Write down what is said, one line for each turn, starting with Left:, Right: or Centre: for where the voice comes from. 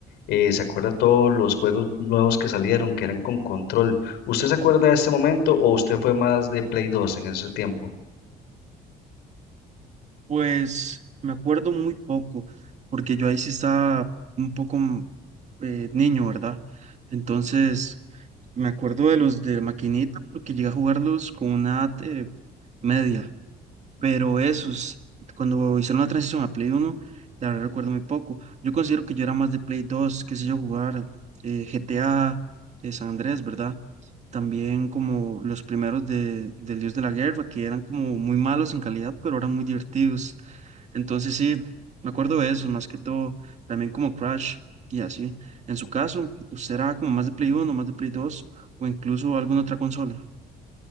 Left: Eh, ¿se acuerda todos los juegos nuevos que salieron, que eran con control? ¿Usted se acuerda de este momento o usted fue más de Play 2 en ese tiempo?
Right: pues me acuerdo muy poco, porque yo ahí sí estaba un poco mm, eh, niño, ¿verdad? Entonces, me acuerdo de los de maquinita, porque llegué a jugarlos con una edad, eh, media. Pero esos, cuando hicieron la transición a Play Uno, la verdad recuerdo muy poco. Yo considero que yo era más de Play Dos, qué sé yo, jugar eh, GTA, eh, San Andrés, ¿verdad? También como los primeros de, del Dios de la Guerra, que eran como muy malos en calidad, pero eran muy divertidos. Entonces sí, me acuerdo de eso, más que todo, también como Crash y así. En su caso, ¿usted era como más de Play Uno, más de Play Dos o incluso alguna otra consola?